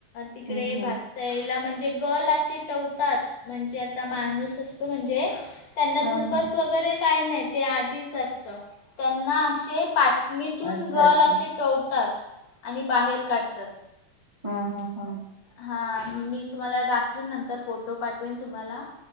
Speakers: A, on the left (about 90°); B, on the right (about 15°).
A: तिकडे
B: हम्म हम्म.
A: भाज <unintelligible> म्हणजे गल असे टवतात, म्हणजे आता माणूस असतो म्हणजे त्यांना
B: हा
A: दुखत
B: हा
A: वगैरे काही नाही, ते आधीच असतं, त्यांना असे पाट निथून
B: अच्छा
A: गल
B: अच्छा
A: असे टोवतात आणि बाहेर काढतात
B: हा हा हा
A: हां मी तुम्हाला दाखवेन नंतर फोटो पाठवेन तुम्हाला